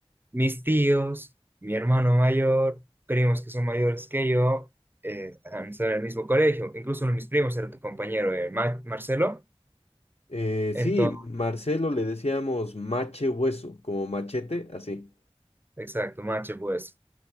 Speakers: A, on the right; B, on the left.
A: mis tíos, mi hermano mayor, primos que son mayores que yo, eh, han estado en el mismo colegio. Incluso uno de mis primos era tu compañero, eh, Ma- Marcelo.
B: Eh,
A: Entonces,
B: sí, Marcelo le decíamos mache hueso, como machete, así.
A: exacto, Mache, pues.